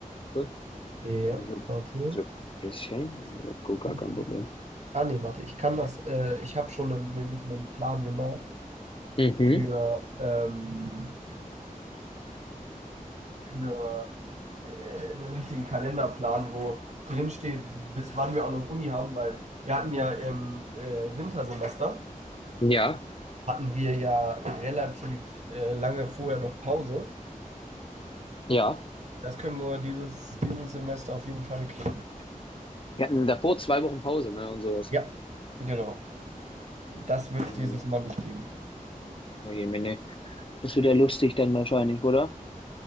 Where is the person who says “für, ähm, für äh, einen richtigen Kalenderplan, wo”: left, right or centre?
Right